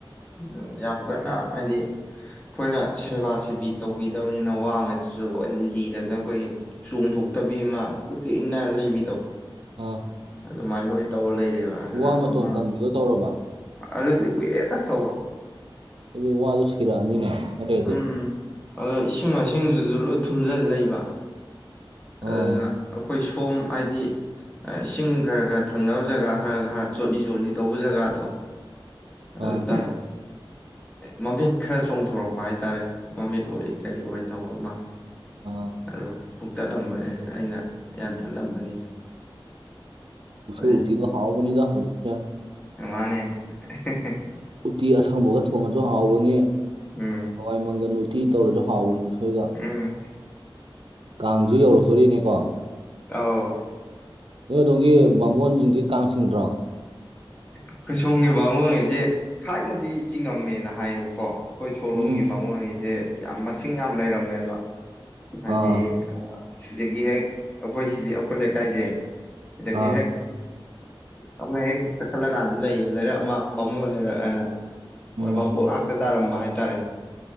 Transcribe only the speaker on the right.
<inaudible>
ꯑꯥ
ꯋꯥ ꯃꯇꯣꯟ
ꯀꯪꯕꯤꯗꯣ ꯇꯧꯔꯕ
ꯑꯗꯨ ꯋꯥꯗꯣ ꯁꯤꯔꯛꯑꯅꯤꯅꯦ ꯈꯂꯩꯔꯗꯤ
ꯑꯣ
ꯑꯥ
ꯑꯥ
ꯎꯁꯣꯏ
ꯎꯇꯤꯗꯣ ꯍꯥꯎꯕꯅꯤꯗ ꯍꯧꯖꯤꯛꯁꯦ
ꯎꯇꯤ ꯑꯁꯪꯕꯒ ꯊꯣꯡꯉꯁꯨ ꯍꯥꯎꯕꯅꯤ
ꯍꯋꯥꯏ ꯃꯪꯒꯜ ꯎꯇꯤ ꯇꯧꯔꯁꯨ ꯍꯥꯎꯕꯅꯤ ꯈꯣꯏꯒ
ꯀꯥꯡꯁꯨ ꯌꯧꯔꯛꯇꯣꯔꯦꯅꯦꯀꯣ
ꯅꯣꯏ ꯑꯗꯣꯝꯒꯤ ꯕꯥꯝꯕꯣꯟꯁꯤꯡꯗꯤ ꯀꯥꯡꯆꯤꯡꯗ꯭ꯔꯣ
ꯎꯝ
ꯑꯥ
ꯑꯥ
ꯎꯝ